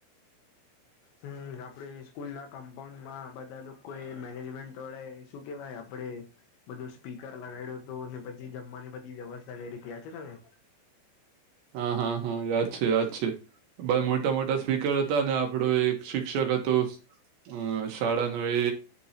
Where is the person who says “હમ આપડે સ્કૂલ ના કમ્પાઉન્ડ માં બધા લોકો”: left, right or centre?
Left